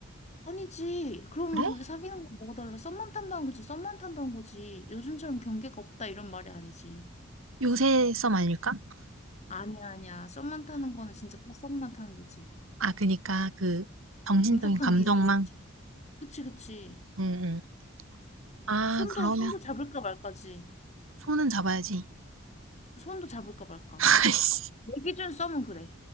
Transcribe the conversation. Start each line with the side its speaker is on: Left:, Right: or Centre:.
Left: 아니지. 그럼
Right: 그래?
Left: 거기 사귀는 건 뭐가 달라? 썸만 탄다는 거지. 썸만 탄다는 거지. 요즘처럼 경계가 없다 이런 말이 아니지.
Right: 요새 썸 아닐까?
Left: 아니야, 아니야. 썸만 타는 거는 진짜 딱 썸만 타는 거지.
Right: 아, 그니까 그 정신적인
Left: 엄격한
Right: 감정망.
Left: 기준이 있지. 그치, 그치.
Right: 응, 응. 아,
Left: 손도,
Right: 그러면
Left: 손도 잡을까 말까지.
Right: 손은 잡아야지.
Left: 손도 잡을까 말까.
Right: 아이씨, <laughs>
Left: 내 기준 썸은 그래.